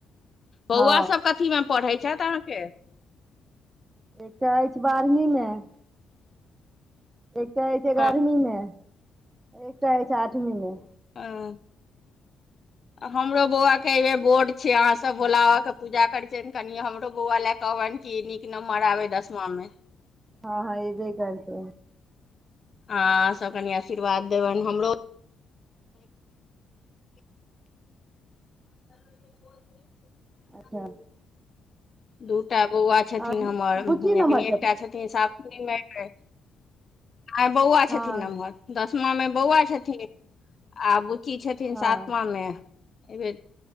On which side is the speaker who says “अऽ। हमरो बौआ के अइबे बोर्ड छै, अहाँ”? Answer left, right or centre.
Left